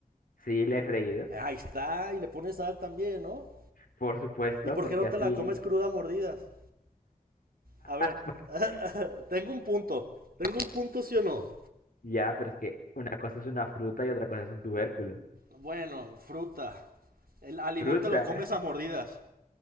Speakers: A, on the left; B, on the right.
A: Sí, la he freído.
B: ahí está, y le pones sal también, ¿no?
A: Por supuesto,
B: ¿Y por
A: porque
B: qué no
A: así.
B: te la comes cruda a mordidas? A ver,
A: <laughs>
B: <laughs> tengo un punto. Tengo un punto, sí o no.
A: Ya, pero es que una cosa es una fruta y otra cosa es un tubérculo.
B: Bueno, fruta. El, al limón
A: Fruta.
B: te lo comes
A: <laughs>
B: a mordidas.